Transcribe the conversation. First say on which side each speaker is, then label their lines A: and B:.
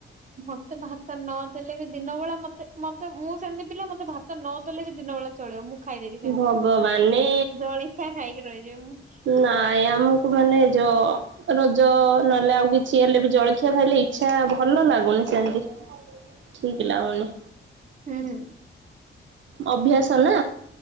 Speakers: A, on the right (about 40°); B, on the right (about 75°).
A: ମତେ ଭାତ ନ ଦେଲେ ବି ଦିନବଳା ମତେ ମତେ ମୁଁ ସେମତି ପିଲା ମତେ ଭାତ ନ ଦେଲେ ବି ଦିନବଳା ଚଳିବ ମୁଁ ଖାଇଦେବି ସେମତି।
B: ଭଗବାନେ
A: ଜଳିଖିଆ ଖାଇକି ରହିଯିବି ମୁଁ।
B: ନାଇଁ ଆମକୁ ମାନେ ଯୋଉ ରଜ ନହେଲେ ଆଉ କିଛି ହେଲେବି ଜଳଖିଆ ଖାଇଲେ ଇଚ୍ଛା ଭଲ ଲାଗୁନି ସେମତି। ଠିକ ଲାଗୁନି।
A: ହୁଁ ହୁଁ।
B: ଅଭ୍ୟାସ ନା